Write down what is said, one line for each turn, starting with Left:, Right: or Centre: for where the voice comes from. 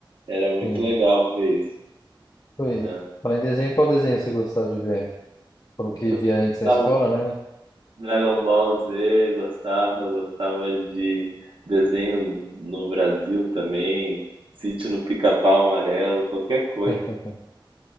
Right: era muito
Left: enfim.
Right: legal ver isso.
Left: Foi.
Right: né?
Left: Falar em desenho, qual desenho você gostava de ver? Pelo que
Right: Eu gostava
Left: via antes na escola, né?
Right: Dragon Ball Z, gostava, gostava de desenhos no Brasil também, Sítio no Pica-Pau Amarelo, qualquer coisa.
Left: <laughs>